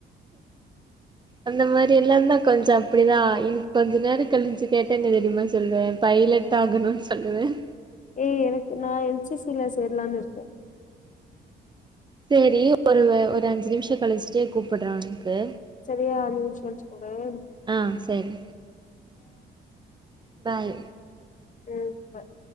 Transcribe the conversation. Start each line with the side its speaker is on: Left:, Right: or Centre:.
Right: அந்த மாதிரி எல்லாம் தான் கொஞ்சம் அப்படிதான் இ கொஞ்ச நேரம் கழிஞ்சு கேட்டே ந தெரியமா சொல்லுவேன் பைலட் தாகணும்னு சொல்லுவேன்
Left: ஏய் எனக்கு நான் என்சில சேரலான்னு இருக்கேன்
Right: சரி ஒரு ஒரு அஞ்சு நிமிஷம் கழிச்சிட்டு கூப்பிடு்றோன் உனுக்கு
Left: சரியா நஷ போறன்
Right: ஆ சேரி பாய்
Left: ம் பாய்